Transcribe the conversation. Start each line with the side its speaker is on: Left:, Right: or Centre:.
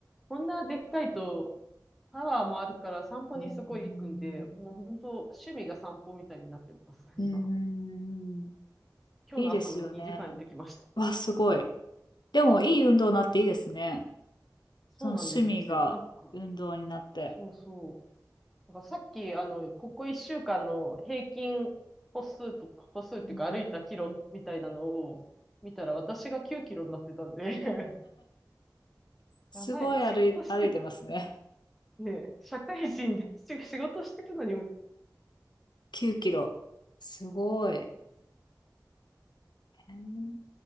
Centre: こんなでかいと、パワーもあるから散歩にすごい行くんで、
Left: うんうん
Centre: もう本当趣味が散歩みたいになってます、
Left: うん。
Centre: 今。
Left: うん
Centre: 今日の朝も2時間行ってきました。
Left: いいですよね。わ、すごい。でもいい運動になっていいですね。その趣味が運動になって。
Centre: そうなんですよ。なんか、そうそう。だからさっき、あの、ここ1週間の平均歩数とか、歩数っていうか歩いたキロみたいなのを見たら、
Left: うんうんうんうん
Centre: 私が9キロになってたんで、<laughs>
Left: すごい歩い、
Centre: やばい、仕事してる、
Left: 歩いてますね。
Centre: ねえ、社会人でし仕事してるのに、うん
Left: 9キロ。すごい。へー